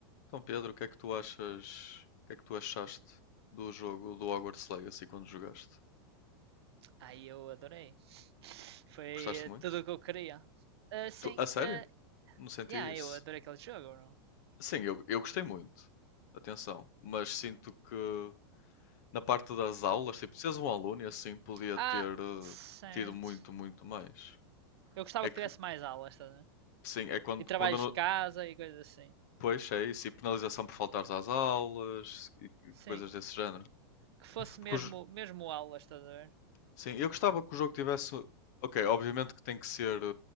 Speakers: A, on the left (about 45°); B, on the right (about 90°).
A: Então, Pedro, o que é que tu achas? O que é que tu achaste do jogo do Hogwarts Legacy quando jogaste?
B: Aí eu adorei. Foi
A: Gostaste muito?
B: tudo o que eu queria. Ah, sim,
A: Tu- a sério?
B: ah,
A: Não senti
B: yeah,
A: isso.
B: eu adorei aquele jogo, não?
A: Sim, eu, eu gostei muito. Atenção. Mas sinto que na parte das aulas, tipo, se és um aluno e assim podia
B: Ah,
A: ter eh,
B: certo.
A: tido muito, muito mais.
B: Eu gostava
A: É
B: que
A: que,
B: tivesse mais aulas, estás a ver?
A: sim, é quando,
B: E trabalhos
A: quando eu não-
B: de casa e coisas assim.
A: Pois, é isso. E penalização por faltares às aulas e e
B: Sim,
A: coisas desse género.
B: que fosse
A: Porque
B: mesmo,
A: os,
B: mesmo aulas, estás a ver?
A: Sim, eu gostava que o jogo tivesse. Ok, obviamente que tem que ser eh,